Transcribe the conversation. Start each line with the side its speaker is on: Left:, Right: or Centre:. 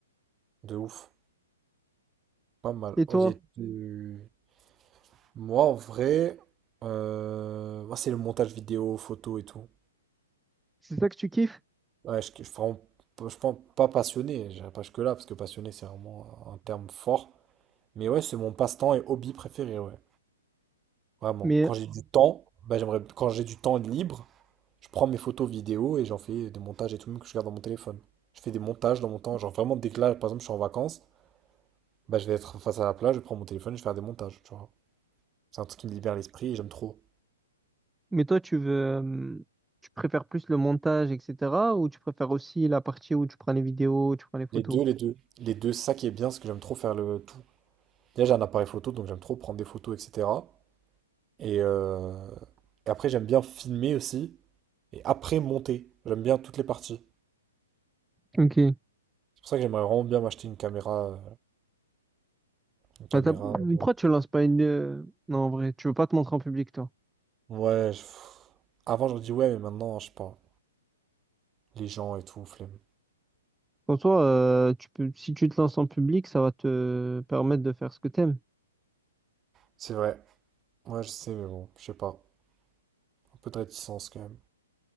Right: De ouf, pas mal.
Centre: Et toi,
Right: Ok, tu- moi en vrai, euh, moi c'est le montage vidéo, photo et tout.
Centre: c'est ça que tu kiffes?
Right: Ouais, je, je, prends- je pense pas passionné, j'irai pas jusque-là, parce que passionné, c'est vraiment un terme fort. Mais ouais, c'est mon passe-temps et hobby préféré, ouais. Vraiment.
Centre: Mais
Right: Quand j'ai du temps, bah, j'aimerais, quand j'ai du temps libre, je prends mes photos vidéo et j'en fais des montages et tout, même que je garde dans mon téléphone. Je fais des montages dans mon temps. Genre vraiment, dès que là, par exemple, je suis en vacances, bah, je vais être face à la plage, je prends mon téléphone, je vais faire des montages, tu vois. C'est un truc qui me libère l'esprit et j'aime trop.
Centre: Mais toi, tu veux, euh, tu préfères plus le montage, etc., ou tu préfères aussi la partie où tu prends les vidéos, tu prends les photos?
Right: Les deux, les deux. Les deux, c'est ça qui est bien, c'est que j'aime trop faire le tout. Déjà, j'ai un appareil photo, donc j'aime trop prendre des photos, etc. Et, euh, et après, j'aime bien filmer aussi. Et après, monter. J'aime bien toutes les parties.
Centre: Ok.
Right: C'est pour ça que j'aimerais vraiment bien m'acheter une caméra. euh, Une caméra.
Centre: Bah, t'as- Pourquoi
Right: euh,
Centre: tu lances pas une... euh, Non, en vrai, tu veux pas te montrer en public, toi.
Right: Ouais, je- pff. Avant, j'aurais dit ouais, mais maintenant, je sais pas. Les gens et tout, flemme.
Centre: Pour toi, euh, tu peux... si tu te lances en public, ça va te permettre de faire ce que t'aimes.
Right: C'est vrai. Ouais, je sais, mais bon, je sais pas. Un peu de réticence quand même.